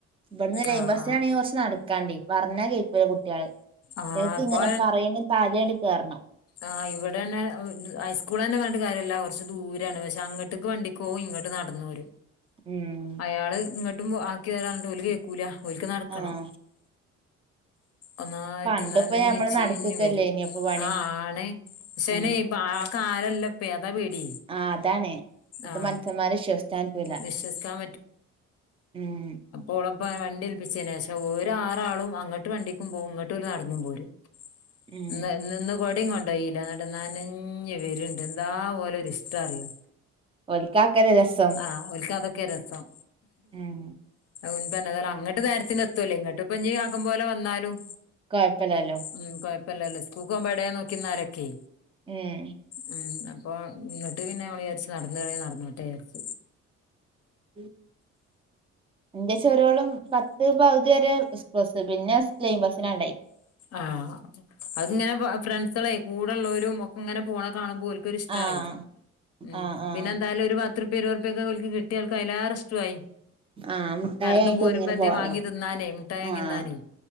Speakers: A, on the right; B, on the left.
A: ഇവിടന്ന് ലൈൻ
B: ആഹ്
A: ബസ്സിനാണെങ്കി
B: ആഹ്
A: കൊറച്ച് നടക്കാണ്ടി പറഞ്ഞാ കേക്കൂലാ കുട്ടികള്
B: ആഹ്
A: ഏക്ക്
B: ഇപ്പൊ
A: ഇങ്ങനെ പറയണ് തലേണ്ട് കേറണം
B: ആ ഇവിടന്നെ ഹൈസ്കൂളന്നെ പറഞ്ഞിട്ട് കാര്യല്ലാ കൊറച്ച് ദൂരേയാണ് പക്ഷെ അങ്ങോട്ടേക്ക് വണ്ടി കോ ഇങ്ങോട്ടുനടന്നു വരും
A: ഉം
B: അയാള് ഇങ്ങോട്ടും ആക്കി തരാനിട്ട് ഓല് കേക്കൂല ഓൽക്ക് നടക്കണം
A: ആഹ്
B: ഒന്നായിട്ട്
A: പണ്ടിപ്പോ
B: നനഞ്ഞ്
A: ഞമ്മള്
B: ചീഞ്ഞുവരും
A: നടക്കക്കല്ലേ ഇനി ഇപ്പൊ പണി
B: ആ ആണ് ശെനി
A: ഉം
B: പാ കാലം അല്ലപ്പേ അതാ പേടി
A: ആഹ് താണേ ഇപ്പത്ത
B: ആഹ്
A: മന്ഷന്മാരെ വിശോസിച്ചൻ പറ്റുല്ല
B: വിശ്വസിക്കാൻ
A: ഏഹ്
B: ഓളെപ്പ വണ്ടിയൽപ്പിച്ചേന് ശേഷം ഒരാറാളും അങ്ങട്ട് വണ്ടിക്കും പോഉം ഇങ്ങട്ട് ഓൽ നടന്നും പോരും
A: ഉം
B: <unintelligible> കൊടിങ്‌ കൊണ്ടോയീല്ല ന്നട്ട് നനഞ് വരുണ്ട് എന്താ ഓലെ ഒരിഷ്ടം അറിയോ
A: ഓൽക്കാ അഒക്കെല്ലേ രസം
B: ആഹ് ഓൽക്കാതൊക്കെ രസം
A: ഉം
B: ഉൻപന്നതല്ല അങ്ങട്ട് നേരത്തിന് എത്തുവല്ലോ ഇങ്ങോട്ട് ഇപ്പനി ആകും പോലെവന്നാലും
A: കൊഴപ്പല്ലല്ലോ
B: ഉം കൊഴപ്പല്ലല്ലോ സ്കൂക്കോഉമ്പ ഏടേ നോക്കിന്നാലൊക്കെ
A: ഏഹ്
B: ഉം അപ്പ ന്നട്ട് പിന്നെ ഞാ വിചാരിച്ചു നടന്നൊണേ നടന്നോട്ടേ വിചാരിച്ചു
A: ഉം എന്റെ ചെറ്യോളും പത്ത് പകുതി വരെ ബസ്സ് പിന്നെ സ്ലെയിം ബസ്സിനാണ്ടായി
B: ആഹ് അത്ങ്ങനെ ഫ ഫ്രണ്ട്സളെ കൂടെള്ളോരും ഒക്കെങ്ങനെ പോണഹ് കാണുമ്പോൽ ക്കൊരിഷ്ടാണെ
A: ആഹ്
B: ഉം
A: ആഹ് ആഹ്
B: പിന്നെ എന്തായാലും ഒരു വാ തൃപ്യ ഇരുവേർപ്യ ക്കെ ഓല്ക് കിട്ടിയൾക്ക അയ്ലേറെ ഇഷ്‌റ്റു ആയി
A: ആഹ് മുട്ടായി
B: നടന്ന്
A: വാങ്ങി
B: പോരുമ്പോ
A: തിന്ന്ങ്ങനെ
B: എന്തേ
A: പോവാലോ
B: വാങ്ങി തിന്നാനേ മുട്ടായ്‌വാങ്ങി
A: ആഹ്
B: ന്നാനേ